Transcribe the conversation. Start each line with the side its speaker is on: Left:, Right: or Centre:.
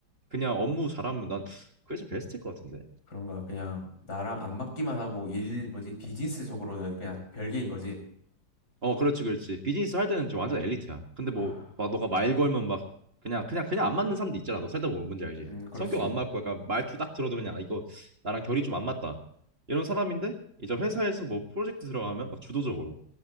Right: 그냥 업무 잘하면 난 그게 제일 베스트일 것 같은데.
Left: 그런가 그냥 나랑 안 맞기만 하고 일 뭐지 비즈니스적으로는 그냥 별개인 거지.
Right: 어, 그렇지, 그렇지. 비즈니스 할 때는 지금 완전 엘리트야. 근데 뭐,
Left: 아,
Right: 막 너가 말 걸면 막 그냥 그냥 그냥 안 맞는 사람도 있잖아. 너 살다 보면 뭔지 알지?
Left: 음, 그렇지.
Right: 성격 안 맞고 약간 말투 딱 들어도 그냥 아, 이거 나랑 결이 좀 안 맞다. 이런 사람인데 이제 회사에서 뭐 프로젝트 들어가면 막 주도적으로